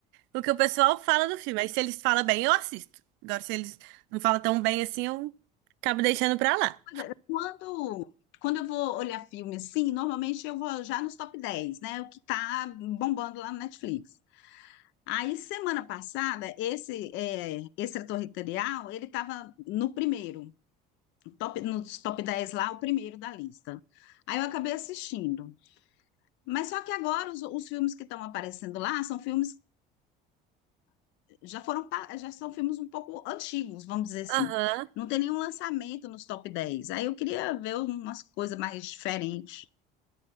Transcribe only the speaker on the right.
o que o pessoal fala do filme. Aí se eles falam bem, eu assisto. Agora, se eles não falam tão bem assim, eu acabo deixando pra lá.
Aham.